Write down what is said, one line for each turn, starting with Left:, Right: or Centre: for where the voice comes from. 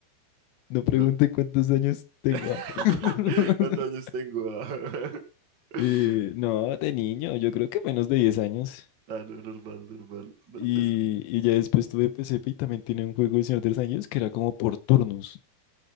Left: no pregunte
Right: No.
Left: cuántos años tengo.
Right: <laughs>
Left: ah. <laughs>
Right: ¿Cuántos años tengo? Ah, <laughs>
Left: Eh, no, de niño, yo creo que menos de 10 años.
Right: Ah, no, normal, normal. No,
Left: Y,
Right: pues,
Left: y ya después tuve P C P y también tenía un juego de Señor de los Anillos que era como por turnos.